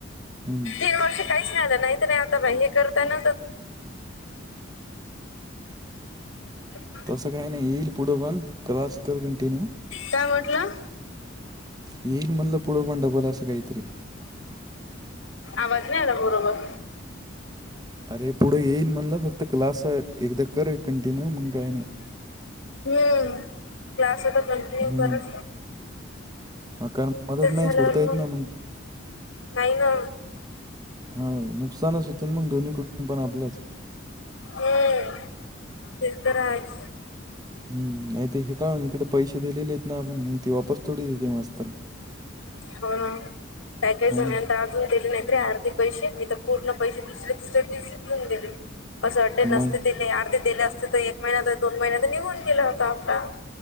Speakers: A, on the right; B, on the left.
A: हम्म
B: तीन वर्ष काहीच नाही आलं नाहीत नाही आता हे करताय ना. <unintelligible>
A: तसं काही नाही येईल पुढं पण क्लास कर कंटिन्यू
B: काय म्हटलं?
A: येईल म्हणलं पुढं पण बल असं काहीतरी
B: आवाज नाही आला बरोबर
A: अरे पुढं येईल म्हणलं फक्त क्लास एकदा करे कंटिन्यू मग काय नाही
B: हम्म क्लास आता कंटिन्यू
A: हम्म
B: करच
A: हा कारण मदत नाही
B: झाल्यावर
A: सोडता
B: मग
A: येत ना म्ह
B: नाही ना
A: हा नुकसानच होते आणि मग दोन्ही कुटुंब पण आपलंच
B: ह,, ते तर आहेच.
A: हम्म,, नाही ते हे का इकडे पैसे दिलेले आहेत ना आपण मग ते वापस थोडी देते मास्तरऽ
B: हो ना, पॅकेजऽ.
A: हा
B: अजून दिलेली नाहीत रे अर्धे पैसे,, मी तर पूर्ण पैसे दुसऱ्या तिसऱ्या दिवशीच नेऊन दिले. असं अडडे नसते
A: मग
B: दिले, अर्धे दिले असते तर एक महिना्या, तर दोन महिन्या तर निघून गेला असता हप्ता.